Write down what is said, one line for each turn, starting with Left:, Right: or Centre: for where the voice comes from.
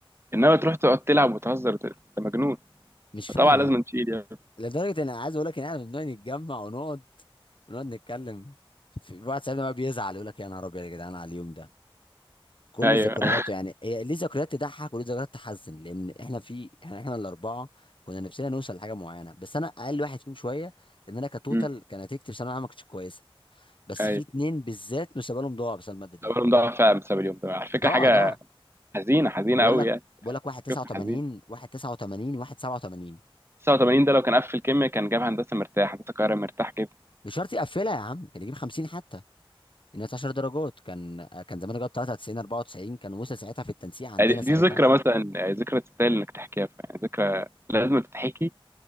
Right: انما تروح تقعد تلعب وتهزر وت- انت مجنون
Left: مش
Right: فطبعا
Left: فاهم
Right: لازم تشيل يعني
Left: لدرجه ان انا عايز اقول لك ان احنا بنقعد نتجمع ونقعد ونقعد نتكلم في واحد صاحبنا بقى بيزعل يقول لك يا نهار ابيض يا جدعان على اليوم ده كل
Right: ايوه
Left: ذكرياته
Right: <laughs>
Left: يعني هي ليه ذكريات تضحك وليه ذكريات تحزن لان احنا في احنا احنا الاربعه كنا نفسنا نوصل لحاجه معينه بس انا اقل واحد فيهم شويه لان انا كتوتال
Right: أمم.
Left: كان نتيجتي في ثانويه عامه ما كانتش كويسه بس
Right: ايوه
Left: في اتنين بالذات مستقبلهم ضاع بسبب الماده دي
Right: التورم ضاع فعلا بسبب اليوم ده على فكره
Left: ضاع
Right: حاجه
Left: ضاع
Right: حزينه حزينه
Left: بقول
Right: قوي
Left: لك
Right: يعني
Left: بقول لك واحد 89
Right: قصه حزينه
Left: واحد 89 واحد 87
Right: 89 ده لو كان قفل كيميا كان جاب هندسه مرتاح هندسه القاهره مرتاح جدا
Left: مش شرط يقفلها يا عم كان يجيب 50 حتى الناس 10 درجات كان كان زمان جاب 93 94 كان وصل ساعتها في التنسيق عندنا
Right: يعني دي
Left: ساعتها
Right: ذكرى مثلا يعني ذكرى تستاهل انك تحكيها يعني ذكرى لازم تتحكي